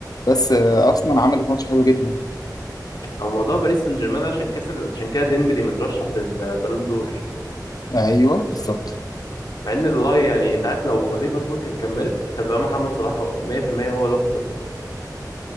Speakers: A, on the left; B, on the left.
A: بس آه، ارسنال عملت ماتش حلو جدا
B: هو موضوع باريس سان جيرمان عشان كسب عشان كده ديمبلي مترشح للبالون دور
A: ايوه بالظبط
B: مع ان والله يعني انت عارف لو ليفربول كانت كملت كان زمان محمد صلاح هو- 100% هو اللي واخد بالون دور